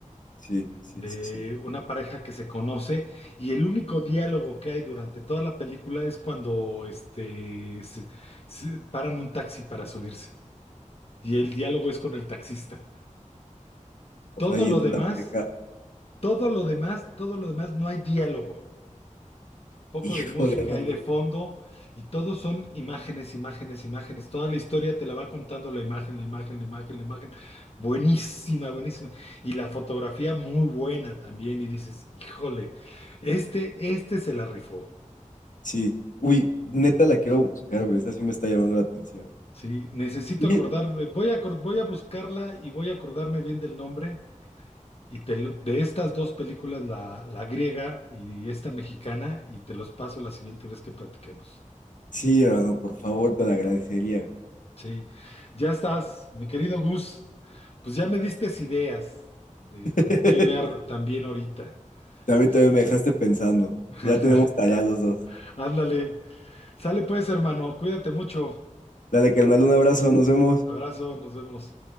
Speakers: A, on the left; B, on the left.
A: Sí, sí,
B: de
A: sí, sí.
B: una pareja que se conoce y el único diálogo que hay durante toda la película es cuando este, se- se paran un taxi para subirse y el diálogo es con el taxista.
A: O
B: Todo
A: sea, ahí
B: lo
A: entre
B: demás,
A: la pareja.
B: todo lo demás, todo lo demás no hay diálogo. poco
A: Híjole,
B: de música
A: mano.
B: ahí de fondo y todos son imágenes, imágenes, imágenes. Toda la historia te la va contando la imagen, la imagen, la imagen, la imagen. Buenísima, buenísima. Y la fotografía muy buena también. Y dices, híjole, este, este se la rifó.
A: Sí. Uy, neta
B: Ujú.
A: la quiero buscar, güey. Esa sí me está llamando la atención.
B: Sí, necesito
A: Y
B: acordarme. Voy a, acor- voy a buscarla y voy a acordarme bien del nombre. Y te lo- de estas dos películas, la, la griega y esta mexicana, y te los paso la siguiente vez que platiquemos.
A: sí, hermano, por favor, te la agradecería, güey.
B: Sí, ya estás, mi querido Gus. Pues ya me diste ideas de
A: <laughs>
B: como qué ver también ahorita.
A: También,
B: Este.
A: también me dejaste pensando.
B: <laughs>
A: Ya tenemos tarea los dos.
B: Ándale, sale pues, hermano, cuídate mucho.
A: Dale, carnal, un abrazo, nos vemos.
B: Abrazo, nos vemos.